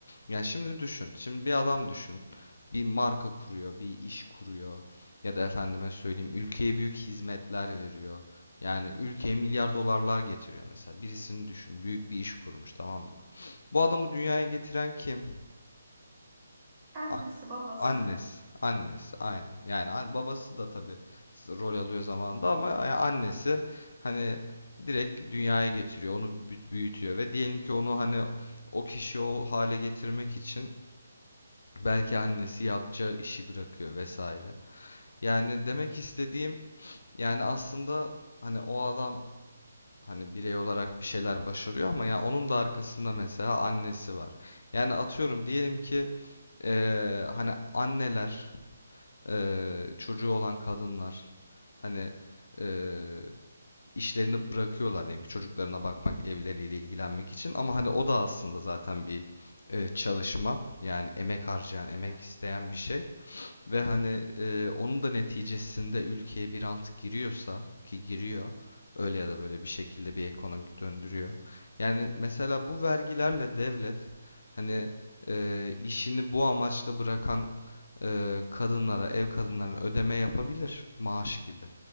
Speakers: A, on the left (about 70°); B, on the right (about 25°).
A: Yani şimdi düşün. Şimdi bir adam düşün. Bir marka kuruyor, bir iş kuruyor ya da efendime söyleyeyim ülkeye büyük hizmetler veriyor. Yani ülkeye milyar dolarlar getiriyor mesela. Birisini düşün. Büyük bir iş kurmuş tamam mı? Bu adamı dünyaya getiren kim?
B: Annesi,
A: A-
B: babası.
A: Annesi. Annesi aynen. Yani an- babası da tabii rol alıyor zamanında ama ya- annesi hani direkt dünyaya getiriyor. Onu bü- büyütüyor ve diyelim ki onu hani o kişi o hale getirmek için belki annesi yapacağı işi bırakıyor vesaire. Yani demek istediğim yani aslında hani o adam hani birey olarak bir şeyler başarıyor ama ya onun da arkasında mesela annesi var. Yani atıyorum diyelim ki eee, hani anneler, eee, çocuğu olan kadınlar hani eee, işlerini bırakıyorlar diyelim ki çocuklarına bakmak, evleriyle ilgilenmek için ama hani o da aslında zaten bir eee, çalışma yani emek harcayan, emek
B: Evet.
A: isteyen bir şey. Ve hani e, onun da neticesinde ülkeye bir rant giriyorsa ki giriyor öyle ya da böyle bir şekilde bir ekonomik döndürüyor. Yani mesela bu vergilerle devlet hani e, işini bu amaçla bırakan e, kadınlara, ev kadınlarına ödeme yapabilir maaş gibi.